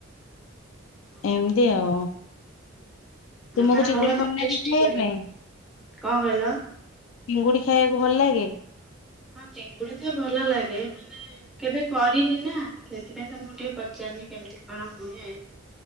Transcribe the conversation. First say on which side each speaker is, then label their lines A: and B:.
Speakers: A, in the centre; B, on the left.
A: ହଁ ହଁ
B: ଏମିତି ଆଉ
A: ହଁ
B: ତୁମକୁ
A: ତାହେଲେ
B: ଚିଙ୍ଗୁଡି
A: ଭଲ ତମେ
B: ବନ୍ୟ
A: ଟେଷ୍ଟି
B: ଦେଇଥିଲେ
A: କର।
B: ପାଇଁ
A: କଣ କହିଲ
B: ଚିଙ୍ଗୁଡି ଖାଇଆକୁ ଭଲଲାଗେ?
A: ହଁ ଚିଙ୍ଗୁଡି ତ ଭଲଲାଗେ, ମାନେ କେବେ କରିନି ନା ସେଥିପାଇଁ ତ ମୁଁ ଟିକେ ପଚାରନି କେମିତି କଣ ହୁଏ।